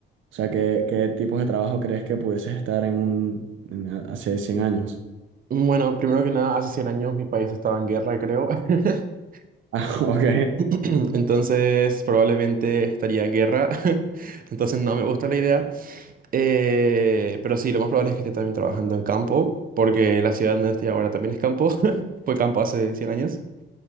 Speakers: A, on the right; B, on the right.
A: O sea, ¿qué, qué tipos de trabajo crees que pudieses estar en un en- hace 100 años?
B: Mm, Bueno, primero que nada, hace 100 años mi país estaba en guerra, creo. <laughs>
A: <laughs> Ah, ok.
B: <clears throat> Entonces, probablemente estaría en guerra. <laughs> Entonces, no me gusta la idea. Eh, pero sí, lo más probable es que esté también trabajando en campo, porque la ciudad donde estoy ahora también es campo. <laughs> Fue campo hace 100 años.